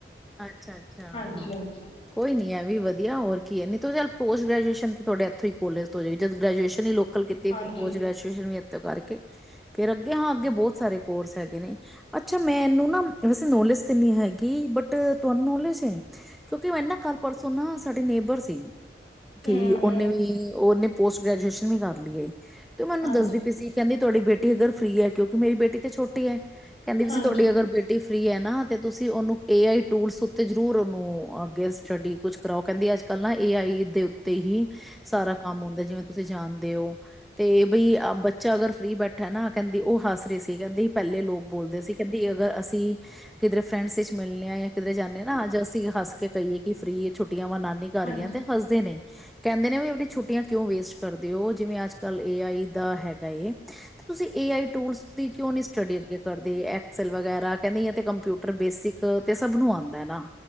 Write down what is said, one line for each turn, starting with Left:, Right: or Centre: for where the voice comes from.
Centre: ਅੱਛਾ ਅੱਛਾ
Left: ਹਾਂਜੀ ਹਾਂਜੀ
Centre: ਕੋਈ ਨੀ ਐ ਵੀ ਵਧ ਹੋਰ ਕੀ ਏ ਨਹੀਂ ਤੋਂ ਚੱਲ ਪੋਸਟ ਗੈ੍ਜੂਏਸ਼ਨ ਤੇ ਤੁਹਾਡੇ ਐਥੋਂ ਈ ਕੋਲੇਜ ਤੋਂ ਹੋ ਜੇਗੀ ਜਦ ਗ੍ਰੈਜੂਏਸ਼ਨ ਹੀ ਲੋ ਕਲਕੱਤੇ ਕੀਤੀ
Left: ਹਾਂਜੀ
Centre: ਫੇਰ ਪੋਸਟ ਗ੍ਰੇਜੂਏਸ਼ਨ ਵੀ ਥੋ ਕਰਕੇ ਫੇਰ ਅੱਗੇ ਹਾਂ ਅੱਗੇ ਬੌਤ ਸਾਰੇ ਕੋਰਸ ਹੈਗੇ ਨੇ ਅੱਛਾ ਮੈਨੂੰ ਨਾ ਵੈਸੇ ਨੌਲੇਜ ਤੇ ਨੀ ਹੈਗੀ ਬਟ ਤੁਹਾਨੂੰ ਨੋਲੇਜ ਐ ਕਿਉਂਕਿ ਮੈਨ ਨਾ ਕੱਲ੍ਹ ਪਰਸੋਂ ਨਾ ਸਾਡੇ ਨੇਬਰ ਸੀ। ਕਿ
Left: ਹੂੰ-ਹੂੰ,
Centre: ਔਨੇ ਵੀ ਔਨੇ ਪੋਸਟ ਗ੍ਰੈਜੂਏਸ਼ਨ ਵੀ ਕਰ ਲੀਏ। ਤੇ ਮੈਨੂੰ
Left: ਹਾਂਜੀ,
Centre: ਦੱਸਦੀ ਪਈ ਸੀ ਕਹਿੰਦੀ, ਤੁਹਾਡੀ ਬੇਟੀ ਅਗਰ ਫ੍ਰੀ ਹੈ, ਕਿਓਂਕਿ ਮੇਰੀ ਬੇਟੀ ਤੇ ਛੋਟੀ ਹੈ। ਕਹਿੰਦੀ ਪਈ
Left: ਹਾਂਜੀ,
Centre: ਸੀ ਤੁਹਾਡੀ ਅਗਰ ਬੇਟੀ ਫ੍ਰੀ ਹੈ ਨਾ ਤੇ ਤੁਸੀਂ ਔਨੂੰ ਏਂ ਆਈਂ ਟੂਰਸ ਉੱਤੇ ਜ਼ਰੂਰ ਉਹਨੂੰ ਅੱਗੇ ਸਟੱਡੀ ਕੁਝ ਕਰਾਓ ਕਹਿੰਦੀ ਅੱਜ। ਕੱਲ ਨਾ ਏਂ ਆਈਂ ਦੇ ਉੱਤੇ ਹੀ ਸਾਰਾ ਕੰਮ ਆਦਾ ਜਿਵੇਂ ਤੁਸੀਂ ਜਾਂਣਦੇ ਹੋ ਤੇ ਬਈ ਬੱਚਾ ਅਗਰ ਫਰੀ ਬੈਠਾਂ ਨਾ ਕਹਿੰਦੀ ਉਹ ਹੱਸ ਰਹੇਂ ਸੀ ਕਹਿੰਦੇ ਪਹਿਲੇ ਲੋਕ ਬੋਲਦੇ ਸੀ, ਕਹਿੰਦੀ ਅਗਰ ਅਸੀਂ ਕਿਧਰੇ ਫਰੈਂਡਸ ਵਿੱਚ ਮਿਲਣੇ ਆ ਜਾਂ ਕਿਧਰੇ ਜਾਂਨੇ ਆ ਨਾ ਅੱਜ਼ ਅਸੀਂ ਹੱਸ ਕੇ ਕਹੀਏ ਕਿ ਫ੍ਰੀ ਆ ਛੁੱਟ ਛੁੱਟੀਆਂ ਵਾਂ ਨਾਨੀ ਘਰ
Left: ਹਾਂਜੀ,
Centre: ਗਿਆਂ ਤੇ ਹੱਸਦੇ ਨੇਂ। ਕਹਿੰਦੇ ਨੇਂ ਵੀ ਆਪਣੀਆਂ ਛੁੱਟੀਆਂ ਕਿਉਂ ਵੇਸਟ ਕਰਦੇਂ ਹੋ, ਜਿਵੇਂ ਅੱਜ ਕੱਲ੍ਹ ਏ ਆਈ ਦਾ ਹੈਗਾ ਏਂ ਤੇ ਤੁਸੀਂ ਏ ਆਈਂ ਟੂਰਸ ਦੀ ਕਿਉਂ ਨੀਂ ਸਟੱਡੀ ਅੱਗੇ ਕਰਦੇਂ ਐਕਸਲ ਵਗ਼ੈਰਾ ਕਹਿੰਦੀ ਏ ਤੇ ਕੰਪਿਊਟਰ ਬੇਸਿਕ ਉਹ ਤੇ ਸਭ ਨੂੰ ਆਦਾਂ ਹੈਂ, ਨਾਂ